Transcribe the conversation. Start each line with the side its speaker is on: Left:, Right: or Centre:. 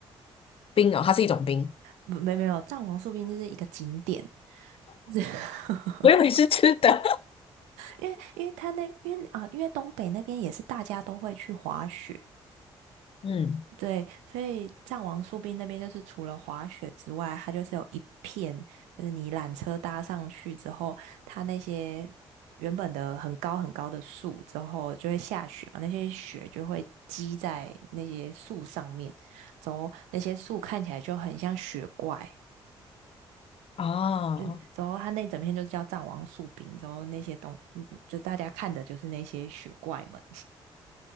Left: 冰哦，它是一种冰，
Right: 没没有，藏王树冰就是一个景点，就是 <laughs>
Left: 我以为是吃的。
Right: 因为因为他那因为啊、因为东北那边也是大家都会去滑雪，
Left: <laughs> 嗯，
Right: 对，所以藏王树冰那边就是除了滑雪之外，它就是有一片，就是你缆车搭上去之后，它那些原本的很高很高的树之后就会下雪嘛，那些雪就会积在那些树上面，之后那些树看起来就很像雪怪。
Left: 哦，
Right: 就之后，他那整片就是叫《藏王树冰》，之后那些东，嗯就大家看的就是那些雪怪们，